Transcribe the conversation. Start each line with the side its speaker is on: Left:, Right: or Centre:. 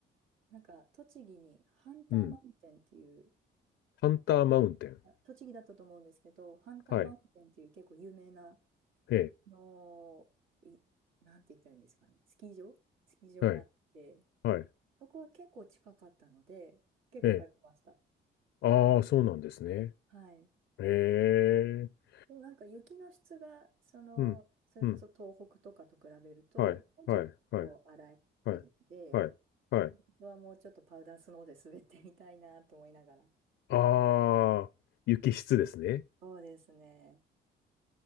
Right: なんか、栃木にハンターマウンテンっていう、
Left: うん。ハンターマウンテン。
Right: あ栃木だったと思うんですけど、ハンターマウンテンっていう結構有名な、
Left: はい。え
Right: あのい、なんて言ったらいいんですかね、スキー場スキー場があって、
Left: え。はい。はい。
Right: そこは結構近かったので、結構通ってました。
Left: ええ。ああ、そうなんですね。
Right: はい。
Left: ええ。
Right: でもなんか雪の質が、その、
Left: うん。
Right: それこそ東北とかと比べると、
Left: うん。はい。
Right: もうちょっとこう荒いので、
Left: はい。はい。はい。はい。はい。
Right: 本当はもうちょっとパウダースノーで滑ってみたいなと思いながら。
Left: ああ、雪質ですね。
Right: そうですね。